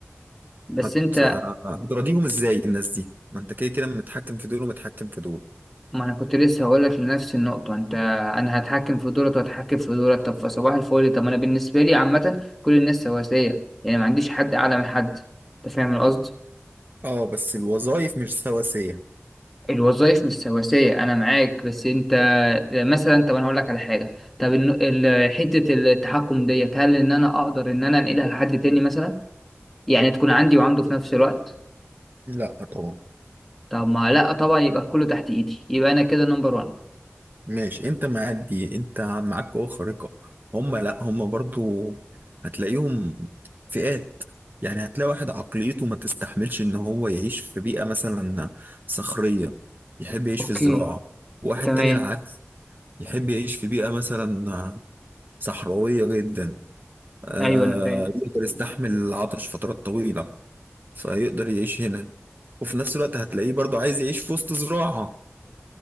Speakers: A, in the centre; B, on the right.
A: بس
B: هت...
A: أنت
B: هتراضيهم ازاي الناس دي ما انت كده كده متحكم في دول ومتحكم في دول
A: ما أنا كنت لسه هقولك لنفس النقطة أنت أنا هتحكم في دولت وهتحكم في دولت طب فصباح الفل طب أنا بالنسبة لي عامة كل الناس سواسية يعني ما عنديش حد أعلى من حد أنت فاهم القصد؟
B: اه بس الوظائف مش سواسية
A: الوظائف مش سواسية أنا معاك بس أنت مثلا طب أنا هقول لك على حاجة طب إن- ال- حتة التحكم ديت هل إن أنا أقدر إن أنا أنقلها لحد تاني مثلا؟ يعني تكون عندي وعنده في نفس الوقت؟
B: لا طبعا
A: طب ما لأ طبعا يبقى كله تحت إيدي يبقى أنا كده نمبر وان
B: ماشي انت معدي انت معاك قوة خارقة هم لا هم برضو هتلاقيهم فئات يعني هتلاقي واحد عقليته ما تستحملش ان هو يعيش في بيئة مثلا صخرية يحب يعيش
A: أوكي
B: في الزراعة واحد
A: تمام
B: تاني العكس يحب يعيش في بيئة مثلا صحراوية جدا آه،
A: أيوه أنا فاهم
B: يقدر يستحمل العطش فترات طويلة فيقدر يعيش هنا وفي نفس الوقت هتلاقيه برضو عايز يعيش في وسط زراعة